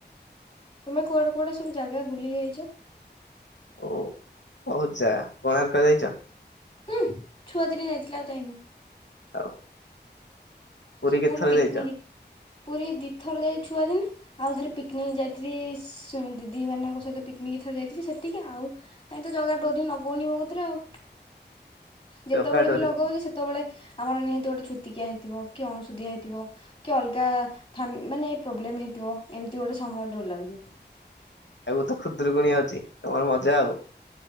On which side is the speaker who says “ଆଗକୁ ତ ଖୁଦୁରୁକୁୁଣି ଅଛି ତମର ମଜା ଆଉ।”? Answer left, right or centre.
Left